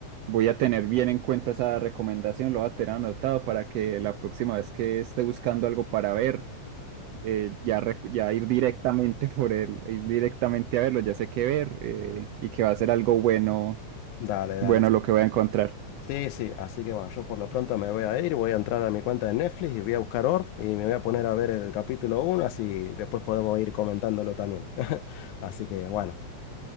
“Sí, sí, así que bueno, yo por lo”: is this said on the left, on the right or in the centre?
Left